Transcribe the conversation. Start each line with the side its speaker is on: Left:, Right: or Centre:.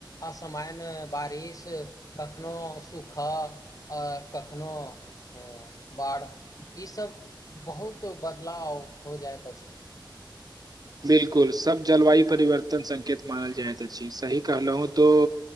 Left: असामान्य बारिश कखनो सुख हऽ आओ कखनोहु बाढ़ि ईसभ बहुत बदलाव हो जाइत अछि
Right: बिलकुल सब जलवायु परिवर्तन संकेत मानल जाय जी सही कहलहु त